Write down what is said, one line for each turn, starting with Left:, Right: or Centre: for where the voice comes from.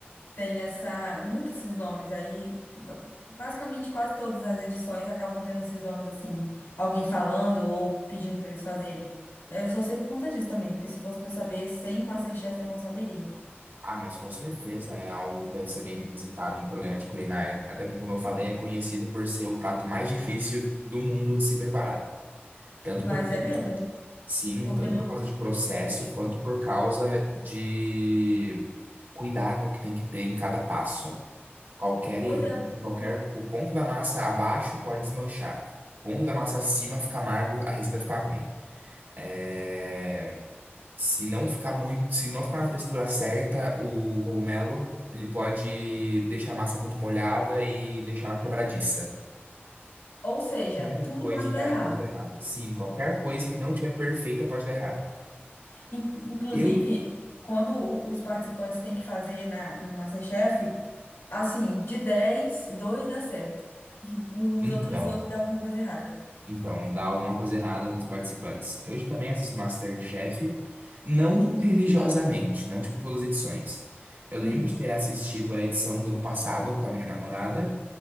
Left: tem essa, muitos esses nomes. Aí, ba- basicamente, quase todas as edições acabam tendo esses nomes, assim, alguém falando ou pedindo para eles fazerem. Eu só sei por conta disso também, porque se fosse para saber sem o MasterChef eu não saberia.
Right: Ah, mas com certeza é algo que deve ser bem requisitado em programa de culinária. Até porque, como eu falei, é conhecido por ser o prato mais difícil do mundo de se preparar. Tanto
Left: Mas
Right: por,
Left: é mesmo,
Right: sim,
Left: porque
Right: tanto
Left: no...
Right: por causa de processo, quanto por causa de cuidado que tem que ter em cada passo. Qualquer
Left: Pois
Right: errinho,
Left: é, ou
Right: qualquer. O ponto da massa abaixo pode desmanchar. O ponto da massa acima fica amargo, a receita fica ruim. É, Se não ficar muito, se não ficar na textura certa, o cogumelo, ele pode deixar a massa muito molhada e deixar ela quebradiça.
Left: ou seja,
Right: Um
Left: tudo
Right: coisa
Left: pode
Right: dá-
Left: dar errado.
Right: pode dar errado. Sim, qualquer coisa que não tiver perfeita pode dar errado.
Left: In- Inclusive,
Right: Eu,
Left: quando o- os participantes têm que fazer na, no MasterChef, assim, de 10 dois dá certo. <laughs> Os
Right: então.
Left: outros oito dá alguma coisa errada.
Right: Então, dá alguma coisa errada nos participantes. Eu também assisto MasterChef, não religiosamente, não tipo todas as edições. Eu lembro
Left: Uhum.
Right: de ter assistido a edição do ano passado com a minha namorada,